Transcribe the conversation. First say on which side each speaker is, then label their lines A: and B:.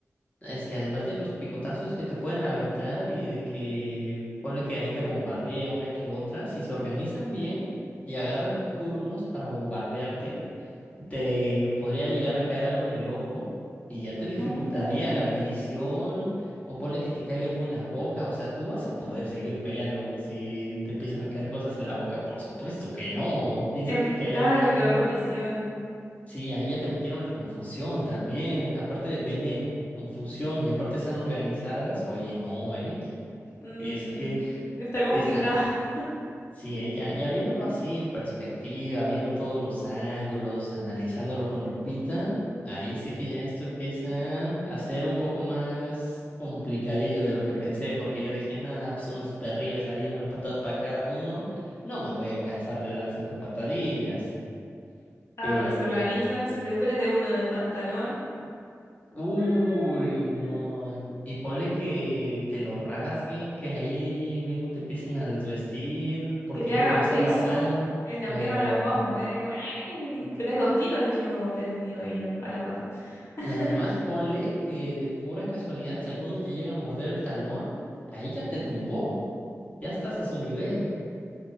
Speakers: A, on the left; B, on the left.
A: Es que además de los picotazos que te pueden aventar y de que ponle que ahí te bombardea una que otra, si se organizan bien y agarran turnos para bombardearte, te podría llegar a caer algo en el ojo y ya te dificultaría
B: No.
A: la visión o ponle que te caiga algo en la boca. O sea, tú vas a poder seguir peleando si te empiezan a caer cosas en la boca. Por supuesto que no. Piénsate
B: En,
A: que ahí
B: cada
A: ya
B: vez en peor condición.
A: Sí, ahí ya te metieron en confusión también, aparte de veneno, confusión y aparte están organizadas, oye, no, ¿eh?
B: Mm,
A: Es que
B: está complicada.
A: está,
B: <laughs>
A: sí, ¿eh? Ya, ya viéndolo así en perspectiva, viendo todos los ángulos, analizándolo con lupita, ahí sí que ya esto empieza a ser un poco más complicadillo de lo que pensé, porque yo dije, nada, pues unos perrillos ahí, una patada para cada uno, no me voy a cansar de dar cinco patadillas,
B: Ah,
A: pero...
B: pero se organizan, se te prende uno del pantalón.
A: Uy,
B: Mm, mm.
A: no. Y ponle que te lo rasguen, que ahí mismo te empiecen a desvestir porque
B: que te
A: ya
B: haga
A: te lo
B: peso,
A: están bajando.
B: en la
A: No.
B: pierna no la puedas mover. Y digo, "Ah, tenés dos kilos de chihuahua prendido ahí al- a la pata. <laughs>
A: Y además ponle que de pura casualidad, si alguno te llega a morder el talón, ahí ya te tumbó. Ya estás a su nivel,